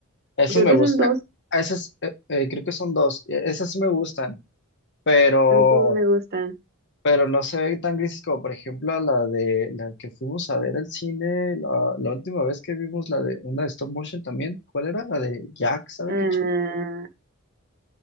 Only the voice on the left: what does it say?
Esos
me
gustan.
Esos, eh, eh, creo que son dos. Eh, Esas sí me gustan, pero,
pero no se ven tan grises como, por ejemplo, la de la que fuimos a ver al cine, la, la última vez que vimos la de una de stop motion también. ¿Cuál era? La de Jack, ¿sabe
qué ching?